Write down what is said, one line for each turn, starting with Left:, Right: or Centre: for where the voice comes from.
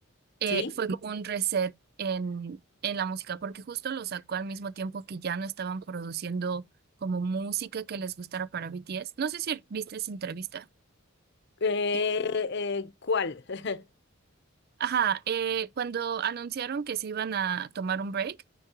Right: eh,
Left: Sí.
Right: fue como un reset en, en la música, porque justo lo sacó al mismo tiempo que ya no estaban produciendo como música que les gustara para BTS. No sé si viste esa entrevista.
Left: Eh,
Right: Sí.
Left: eh, ¿cuál? <laughs>
Right: Ajá, eh, cuando anunciaron que se iban a tomar un break,